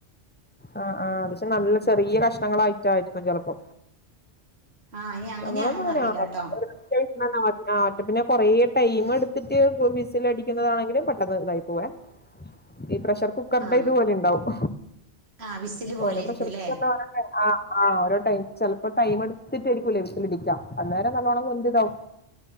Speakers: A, on the left; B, on the right.
A: ആഹ ആഹ് അത് പക്ഷെ നല്ല ചെറിയ കഷ്ണങ്ങളായിട്ടായിരിക്കും ചിലപ്പോ
B: ആ ഇനി അങ്ങനെയാണോന്ന്
A: നമ്മളൊന്നും അങ്ങനെ
B: അറിയില്ല
A: ആകലില്ല
B: കേട്ടോ
A: ആഹ് ഒറ്റ പിന്നെ കൊറേ ടൈം എടുത്തിട്ട് വിസിൽ അടിക്കുന്നതാണെങ്കിലും പെട്ടെന്ന് ഇതായി പോവേ ഈ പ്രഷർ കുക്കറ്ടെ
B: ആ
A: ഇതുപോലെ ഇണ്ടാവും
B: ആ വിസില് പോലെ
A: ഓരോ
B: ഇരിക്കും
A: പ്രഷർ
B: അല്ലേ
A: കുക്കറി ആഹ് ആഹ് ഓരോ ടൈം ചിലപ്പോ ടൈം എടുത്തിട്ടായിരിക്കും ലേ വിസിൽ അടിക്ക അന്നേരം നല്ലോണം വെന്തു ഇതാവും